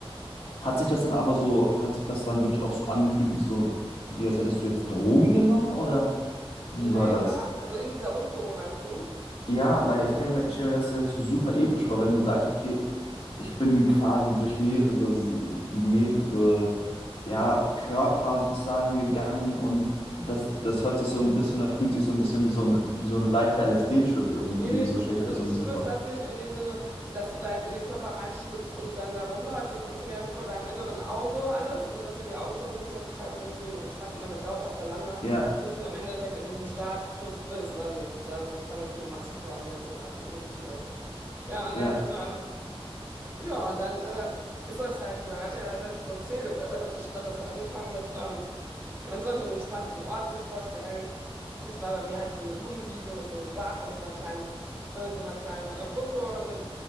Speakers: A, on the left; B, on the right.
A: Hat sich das dann aber so, hat sich das dann wirklich auch so angefühlt, wie so, wie als hättest du jetzt Drogen genommen oder wie
B: Nee,
A: war das?
B: gar. Also in dieser Rückführung meinst du?
A: Ja, weil ich denke mir, ich stelle mir das jetzt so super episch vor, wenn du sagst, okay, ich bin quasi durch mehrere, S- wie mehrere, ja, Körper sozusagen gegangen und das, das hört sich so ein bisschen, das fühlt sich so ein bisschen wie so ein, wie so ein leichter LSD-Trip irgendwie,
B: Nee, nee,
A: so stelle
B: also
A: ich mir das
B: du
A: so ein
B: spürst
A: bisschen vor.
B: das nicht in dem Sinne, dass du da jetzt in den Körper reinschlüpfst und dann da rumläufst. Das ist mehr so vor deinem inneren Auge alles. Ne? Du hast ja die Augen geschlossen und bist ja total so in diesem entspannten Moment. Das dauert auch voll lange,
A: Ja,
B: bis du im Endeffekt in diesem Status bist. Ne? Also da, da so Entspannungsübungen machst du vorher und die ganze Zeit und alles Mögliche. Ne? Ja, und
A: ja,
B: dann, äh, ja, und dann äh, ist das halt so, dann hat er da sein Prozedere. Weißt du, Ich glaube, das hat angefangen mit. Ähm, man sollte einen entspannten Ort sich vorstellen. Es war bei mir halt so eine Blumenwiese mit so einem Bach und so einer kleinen, äh, so einer kleinen äh, Brücke. Und dann ist,